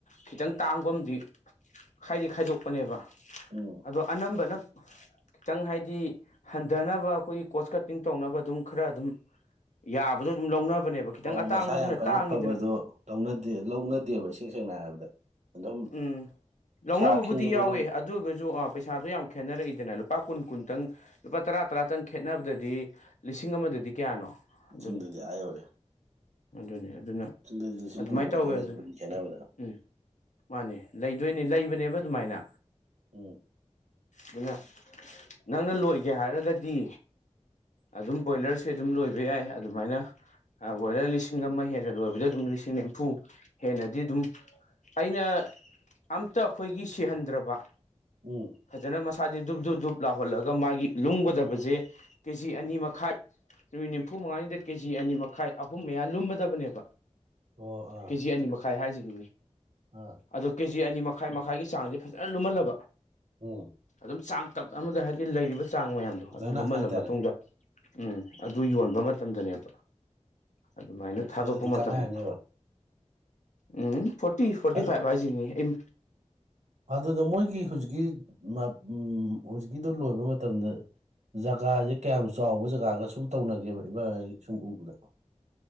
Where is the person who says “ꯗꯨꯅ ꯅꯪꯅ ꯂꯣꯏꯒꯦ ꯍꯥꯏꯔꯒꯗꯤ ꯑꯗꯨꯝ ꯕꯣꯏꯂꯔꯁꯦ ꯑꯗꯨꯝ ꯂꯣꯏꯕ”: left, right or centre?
Left